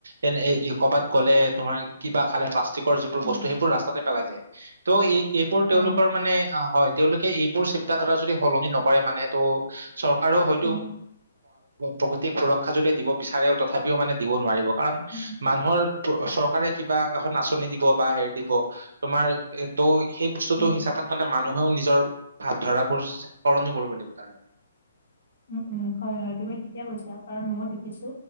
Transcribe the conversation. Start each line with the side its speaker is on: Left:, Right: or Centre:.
Right: এ এ কবাত গ'লে তোমাৰ কিবা খালে প্লাষ্টিকৰ যিবোৰ
Left: উম
Right: বস্ত বোৰ ৰাস্তাতে পেলাই যায় ত' ই এইবোৰ
Left: হয়
Right: তেওঁলোকৰ মানে অ হয় তেওঁলোকে এইবোৰ চিন্তা ধাৰা যদি সলনি নকৰে মানে ত' চৰকাৰে হয়তো
Left: উম
Right: প্ৰকৃতিক সুৰক্ষা যদি দিব বিচাৰে তথাপিও মানে দিব নোৱাৰিব। কাৰণ
Left: উম
Right: মানুহৰ চৰকাৰে কিবা। এখন আাচনি দিব বা হেৰি। দিব তোমাৰ তৌ সেই বস্তুটো
Left: উম
Right: হিচাপত মানে মানে্ নহয়ও নিজৰ ভাৱধাৰাবোৰ সলনি কৰিব লাগিব তাৰ লগত
Left: উম উম হয় হয় তুমি থিকে কৈছা। কাৰণ মই দেখিছো।